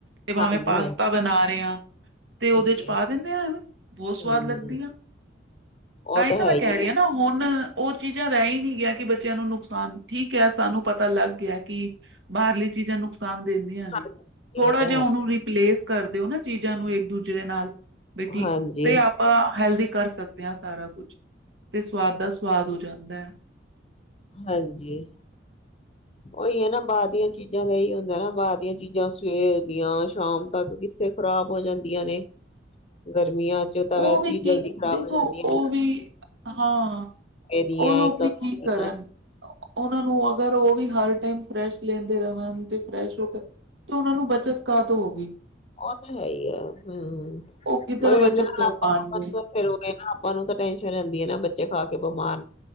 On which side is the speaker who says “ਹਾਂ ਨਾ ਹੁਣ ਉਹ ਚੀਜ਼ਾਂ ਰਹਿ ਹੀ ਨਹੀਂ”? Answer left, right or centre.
Right